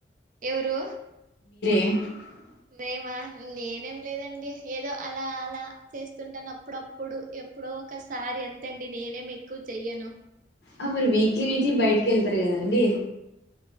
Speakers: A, on the right; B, on the left.
A: ఎవరు
B: <unintelligible>
A: మేమా నేనేం లేదండి ఏదో అలా అలా చేస్తుంటాను. అప్పుడప్పుడు ఎప్పుడో ఒకసారి అంతేండి నేనేం ఎక్కువ చెయ్యను.
B: ఆ మీరు వీక్లీ వీక్లీ బయటకి వెళ్తారు కదండి